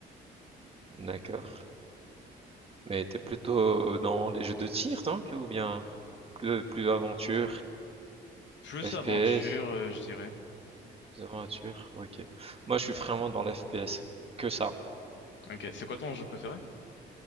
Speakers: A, on the right; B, on the left.
A: D'accord. Mais t'es plutôt dans les jeux de tir, donc, ou bien plus, plus aventure,
B: Plus
A: FPS,
B: aventure, euh, je dirais.
A: plus aventure, ok. Moi je suis vraiment dans l'FPS, que ça.
B: Ok, c'est quoi ton jeu préféré?